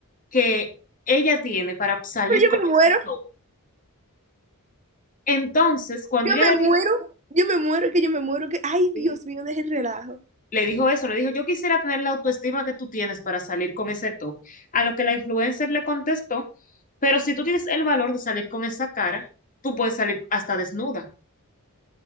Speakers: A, on the left; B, on the right.
A: que ella tiene para salir
B: Pero yo
A: con
B: me muero,
A: ese top. Entonces, cuando
B: yo
A: ella
B: me
A: le dijo,
B: muero, yo me muero, que yo me muero, que, ay,
A: sí,
B: Dios mío, deje el relajo.
A: le dijo eso, le dijo, yo quisiera tener la autoestima que tú tienes para salir con ese top. A lo que la influencer le contestó, pero si tú tienes el valor de salir con esa cara, tú puedes salir hasta desnuda.